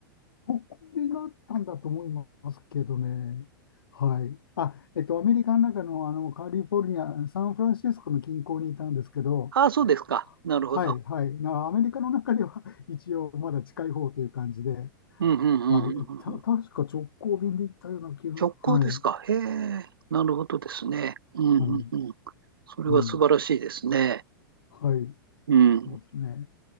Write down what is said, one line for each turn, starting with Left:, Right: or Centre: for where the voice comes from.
Left: そこでなったんだと思いますけどね。はい。あ、えっと、アメリカの中の、あの、カリフォルニア、サンフランシスコの近郊にいたんですけど、
Right: ああ、そうですか。なるほど。
Left: はい、はい。な、アメリカの中では <laughs> 一応まだ近い方という感じで、
Right: うんうんうんうんうんうん。
Left: はい。た、確か直行便で行ったような気が、
Right: 直行ですか。
Left: はい。
Right: へえ、なるほどですね。うんうんうん。
Left: うん、
Right: それは素晴らしいですね。
Left: うん。はい。
Right: うん。
Left: そうですね。